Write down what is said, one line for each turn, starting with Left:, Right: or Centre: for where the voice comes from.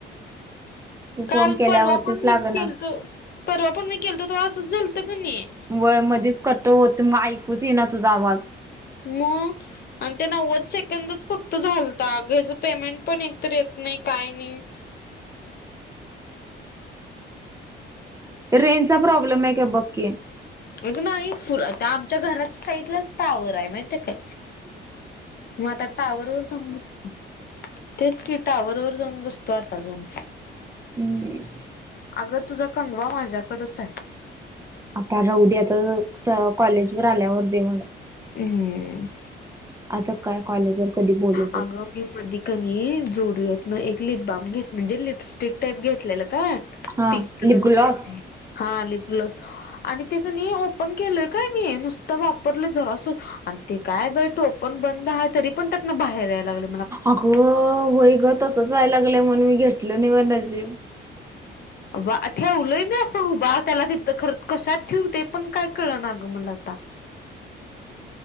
Right: तू
Left: काल
Right: फोन केल्यावरतीच
Left: परवा पण मी
Right: लाग
Left: केलतो
Right: ना
Left: परवा पण मी केलतो तेवा असंच झालतं क नाही.
Right: होय मध्येच कट होत मग ऐकूच ये ना तुझा आवाज.
Left: म आणि ते नव्वद सेकंदच फक्त झालता ग घ्याचं पेमेंट पण एकत येत नाही काही नाही. ही,
Right: रेंनचा प्रॉब्लेम आहे का बकी.
Left: ए नाही फुल त्या आमच्या घराच्या साईडलाच टावर आहे माहिते काय. मग आता टावर जाऊन बस. तेच की टावरवर जाऊन बसतो आता अजून.
Right: हम.
Left: अगं तुझा कंगवा माझ्याकडच आहे.
Right: आता राह दे आता स कॉलेज वर आल्यावर दे म्हणस.
Left: हम.
Right: आता काय कॉलेजवर. कधी बोलल.
Left: आगं मी पधिक. कनी जोडी होत ना एक लिप बम घेत म्हणजे लिपस्टिक टाईप घेतलेलं काय.
Right: हा
Left: पिंक कलरचा
Right: लिपग्लॉस
Left: आहे ते. हा लिप ग्लो आणि तेमी ओपन केलय काय मी नुसत. त वापरलं जरास आणि ते काय टोपण बंद आहे तरी पण त्यातना बाहेर यायला लागल.
Right: अगं वय ग तसच वयला लागलंय म्हणून मी घेतलं नाही माझं नशीब.
Left: बा ठेवलोय मी असं हो बा त्याला त तर खर कशात ठेवते पण काय कळ ना अ गं मला आता.